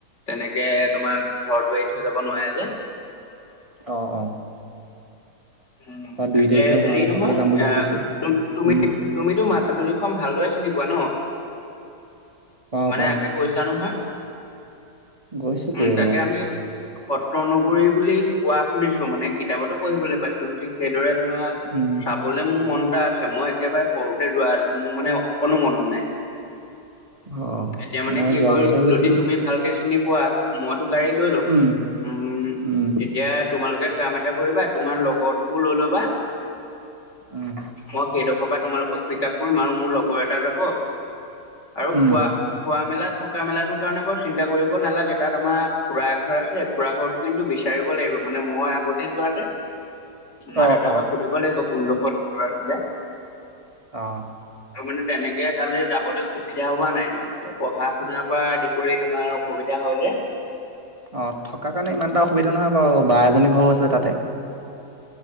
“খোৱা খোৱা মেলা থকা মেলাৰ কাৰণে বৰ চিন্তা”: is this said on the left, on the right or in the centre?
Left